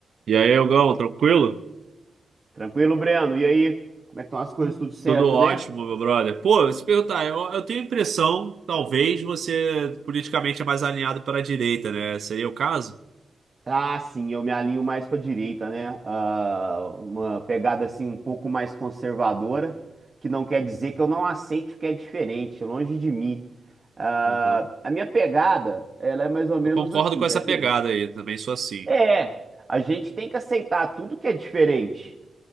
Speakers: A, on the right; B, on the right.
A: E aí, Elgão, tranquilo?
B: Tranquilo, Breno? E aí, como é que estão as coisas? Tudo certo,
A: Tudo ótimo,
B: né?
A: meu brother. Pô, se perguntar, eu, eu tenho a impressão, talvez você politicamente é mais alinhado para a direita, né? Seria o caso?
B: Ah, sim, eu me alinho mais com a direita, né? Ah, uma pegada assim um pouco mais conservadora, que não quer dizer que eu não aceite o que é diferente, longe de mim. Ah,
A: Uhum.
B: a minha pegada, ela é mais ou menos
A: Eu concordo
B: assim,
A: com
B: quer
A: essa pegada
B: ver?
A: aí, também sou assim,
B: É, a gente tem que aceitar tudo que é diferente,